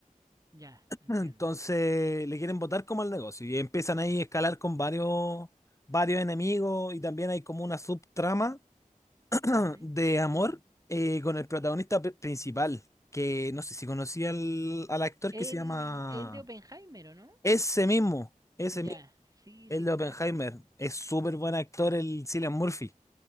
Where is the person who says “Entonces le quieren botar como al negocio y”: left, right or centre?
Left